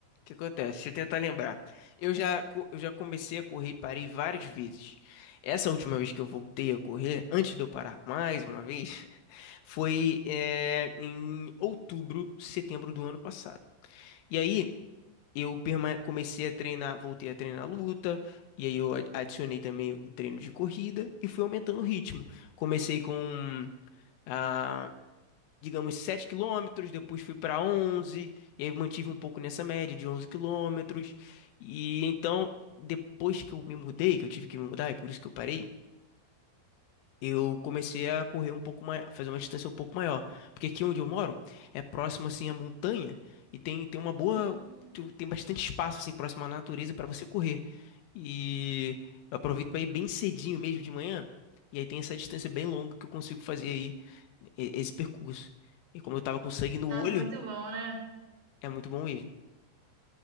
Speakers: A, on the left; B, on the right.
A: que acontece? Deixa eu tentar lembrar. Eu já, co- eu já comecei a correr e parei várias vezes. Essa última vez que eu voltei a correr, antes de eu parar mais uma vez, <laughs> foi, eh, em outubro, setembro do ano passado. E aí eu perma- comecei a treinar, voltei a treinar luta, e aí eu a- adicionei também o treino de corrida e fui aumentando o ritmo. Comecei com ah, digamos, 7 quilômetros, depois fui para 11 e aí mantive um pouco nessa média de 11 quilômetros. E então, depois que eu me mudei, que eu tive que me mudar, e por isso que eu parei, eu comecei a correr um pouco mais, fazer uma distância um pouco maior. Porque aqui onde eu moro é próximo assim à montanha e tem, tem uma boa,
B: Hum,
A: tu- tem bastante espaço assim próximo à natureza para você correr. E eu aproveito para ir bem cedinho mesmo de manhã. E aí tem essa distância bem longa que eu consigo fazer aí e- esse percurso. E como eu tava com sangue no
B: nossa,
A: olho,
B: é muito bom, né?
A: é muito bom mesmo.